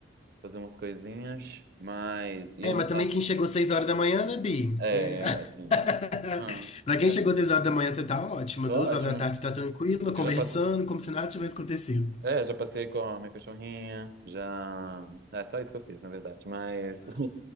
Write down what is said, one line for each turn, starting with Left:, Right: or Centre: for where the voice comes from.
Right: fazer umas coisinhas, mas ia
Left: É,
Right: almoçar.
Left: mas também quem chegou seis horas da manhã, né, Bi?
Right: É,
Left: É.
Right: gatinho. Ah,
Left: <laughs> Pra quem
Right: né?
Left: chegou seis horas da manhã, você tá ótima.
Right: Tô
Left: Duas
Right: ótimo.
Left: horas da tarde, você tá tranquila,
Right: Eu
Left: conversando,
Right: já passei,
Left: como se nada tivesse acontecido.
Right: é, já passei com a minha cachorrinha, já. É só isso que eu fiz, na verdade. Mas